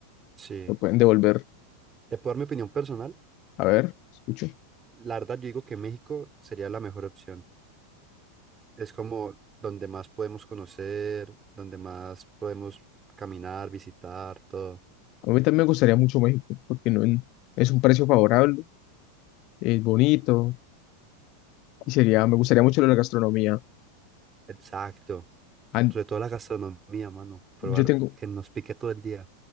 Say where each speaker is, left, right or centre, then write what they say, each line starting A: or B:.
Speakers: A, on the right (about 25°); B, on the left (about 50°).
A: Sí.
B: Lo pueden devolver.
A: ¿Te puedo dar mi opinión personal?
B: A ver, escucho.
A: La verdad, yo digo que México sería la mejor opción. Es como donde más podemos conocer, donde más podemos caminar, visitar, todo.
B: A mí también me gustaría mucho México, porque no en- es un precio favorable, es bonito y sería, me gustaría mucho lo de la gastronomía.
A: Exacto.
B: Han-
A: Sobre todo la gastronomía, mano. Probar
B: yo tengo,
A: que nos pique todo el día.